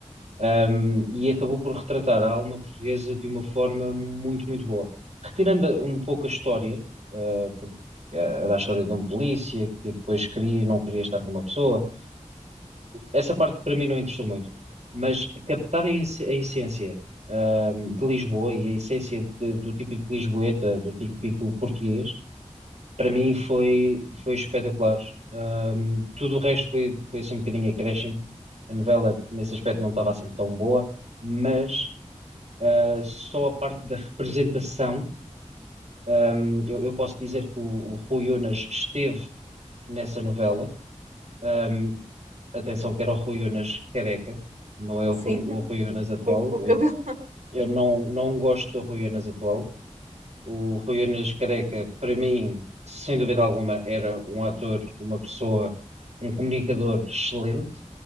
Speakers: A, on the right (about 65°); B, on the right (about 85°).
A: Ahm, e acabou por retratar a alma portuguesa de uma forma muito, muito boa. Retirando um pouco a história, ah, porque ah, era a história de um polícia que depois queria e não queria estar com uma pessoa, essa parte para mim não interessou muito, mas captar a, esse- a essência, ahm, de Lisboa e a essência de- do típico lisboeta, do típico português, para mim foi, foi espetacular. Ahm, tudo o resto foi, foi assim um bocadinho acréscimo. A novela, nesse aspecto, não estava assim tão boa, mas ah, só a parte da representação, ahm, eu, eu posso dizer que o, o Rui Unas esteve nessa novela. hum, Atenção que era o Rui Unas careca, não é o
B: Sim,
A: Rui,
B: <laughs>
A: o Rui Unas atual.
B: com, com o cabelo.
A: Eu, eu não, não gosto do Rui Unas atual. O Rui Unas careca, para mim, sem dúvida alguma, era um ator, uma pessoa, um comunicador excelente.